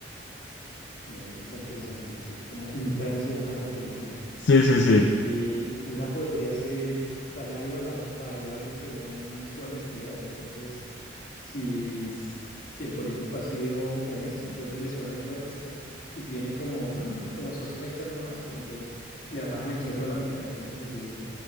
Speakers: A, on the left; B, on the left.
A: Bueno, eso está interesante, sí, como In Time se llama la película.
B: Sí, sí,
A: Eh,
B: sí,
A: eh, una podría ser salario a la variable según su honestidad, entonces si, si si el político ha sido honesto, entonces le suben el puesto. Si tiene como, mm, como sospechas nomás, pues entonces le bajan el sueldo a la mitad, entonces así.